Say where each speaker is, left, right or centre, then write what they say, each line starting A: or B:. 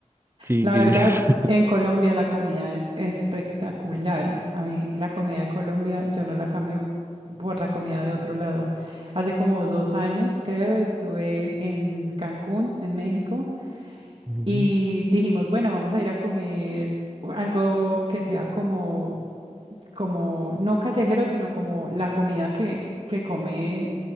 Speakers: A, on the right; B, on the right.
A: Sí,
B: La
A: sí,
B: verdad,
A: sí.
B: en Colombia la comida es espectacular. A mí la comida de Colombia, yo no la cambio por la comida de otro lado. Hace como dos años, creo, estuve en Cancún, en México,
A: Ujú.
B: y dijimos, bueno, vamos a ir a comer algo que sea como como, no callejero, sino como la comida que, que come